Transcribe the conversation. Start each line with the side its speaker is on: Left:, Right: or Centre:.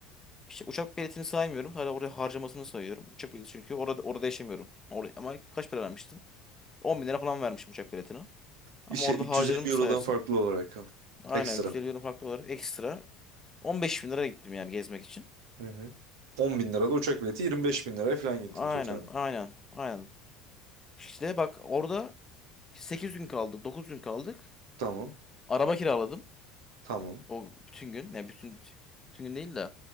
Left: İşte uçak biletini saymıyorum. Hala oraya harcamasını sayıyorum. Uçak bileti çünkü orada orada yaşamıyorum. Oraya, ama kaç para vermiştim? 10 bin lira falan vermişim uçak biletine.
Right: İşte
Left: Ama orada
Right: 350
Left: harcadığımı
Right: eurodan
Left: sayarsın.
Right: farklı olarak ha.
Left: Aynen
Right: ekstra.
Left: 350 euro farklı olarak ekstra. 15 bin lira gittim yani gezmek için.
Right: Hı hı. 10 bin lirada uçak bileti 25 bin liraya falan gittin
Left: Aynen
Right: totalde.
Left: aynen aynen. İşte bak orada 8 gün kaldık 9 gün kaldık.
Right: Tamam.
Left: Araba kiraladım.
Right: Tamam.
Left: O bütün gün. ne bütün bütün gün değil de